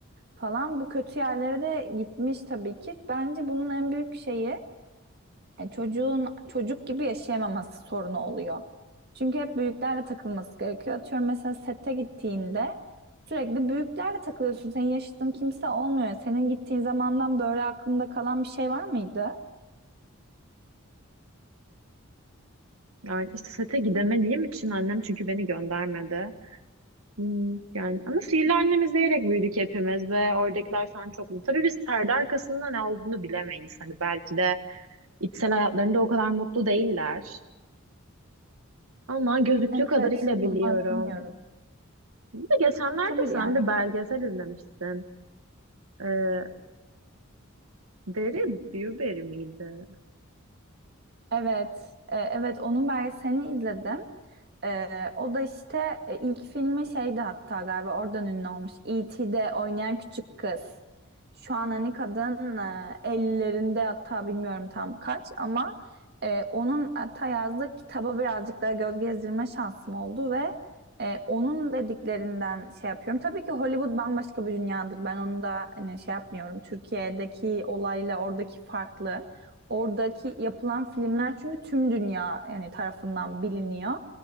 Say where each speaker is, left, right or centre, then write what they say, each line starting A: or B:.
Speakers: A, on the right; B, on the right.
A: falan. Bu kötü yerlere de gitmiş tabii ki. Bence bunun en büyük şeyi yani çocuğun çocuk gibi yaşayamaması sorunu oluyor. Çünkü hep büyüklerle takılması gerekiyor. Atıyorum mesela sette gittiğinde sürekli büyüklerle takılıyorsun. Senin yaşıtın kimse olmuyor. Senin gittiğin zamandan böyle aklında kalan bir şey var mıydı?
B: Yani işte sete gidemediğim için annem çünkü beni göndermedi. Hmm, yani ama sihirli annemi izleyerek büyüdük hepimiz ve oradakiler sen çok mutlu. Tabii biz perde arkasında ne olduğunu bilemeyiz. Hani belki de içsel hayatlarında o kadar mutlu değiller. Ama gözüktüğü
A: Evet,
B: kadarıyla biliyorum.
A: bunlar bilmiyoruz.
B: Bir de geçenlerde
A: Tabii
B: sen
A: yani.
B: bir belgesel izlemiştin. Ee, Deri Bürberry miydi?
A: Evet, e, evet onun belgeselini izledim. E, o da işte e, ilk filmi şeydi hatta galiba oradan ünlü olmuş. E.T.'de oynayan küçük kız. Şu an hani kadın e, 50'lerinde hatta bilmiyorum tam kaç ama e, onun hatta yazdığı kitaba birazcık daha göz gezdirme şansım oldu ve e, onun dediklerinden şey yapıyorum. Tabii ki Hollywood bambaşka bir dünyadır. Ben onu da hani şey yapmıyorum. Türkiye'deki olayla oradaki farklı. Oradaki yapılan filmler çünkü tüm dünya yani tarafından biliniyor